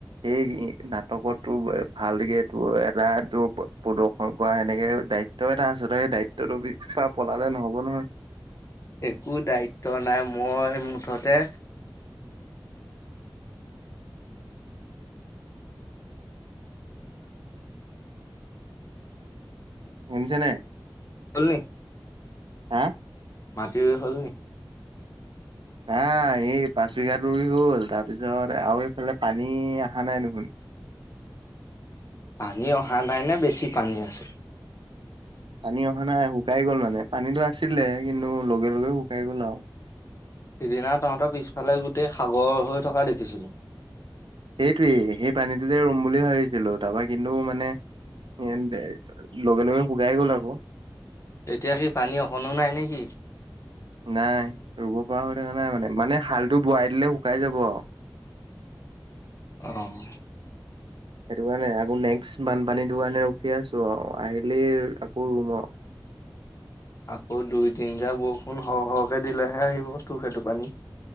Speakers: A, on the right; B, on the left.
A: সেই নাটকতটো ভালকে তোৰ এটা প্ৰদৰ্শন কৰা, সেনেকে দায়িত্ব এটা আছে তই সেই দায়িত্বটো পা পলালে নহ'ব নহয়।
B: একো দায়িত্ব নাই। মই মুঠতে,
A: শুনিছে নাই?
B: হল নি?
A: হা?
B: মাটি ৰুই হল নি?
A: হা, এই পাঁচ বিঘাটো ৰুই হল, তাৰপিছত আৰু এইফালে পানী আহা নাই দেখোন।
B: পানী অহা নাই নে? বেছি পানী আছে।
A: পানী অহা নাই, শুকাই গ'ল মানে। পানীটো আছিলে কিন্তু লগে লগে শুকাই গ'ল আওঁ।
B: সিদিনা তহঁতৰ পিছফালে গোটেই সাগৰ হৈ থকা দেখিছিলো।
A: সেইটোৱেই, সেই পানীটোতে ৰুম বুলি ভাবিছিলো। তাৰপা কিন্তু মানে, <unintelligible> লগে লগে শুকাই গল আকৌ।
B: এতিয়া কি পানী অকণো নাই নেকি?
A: নাই ৰুব পৰা হৈ থকা নাই মানে, মানে হালটো বোৱাই দিলে শুকাই যাব আৰু। <inaudible>
B: অ'।
A: <inaudible> সেইটো কাৰণে আকৌ নেক্সট বানপানীটো কাৰণে ৰখি আছো আৰু আহিলি আকৌ ৰুম আৰু <inaudible>
B: আকৌ দুই তিনিটা বৰষুণ সৰ সৰহকে দিলেহে আহিব তোৰ সেইটো পানী।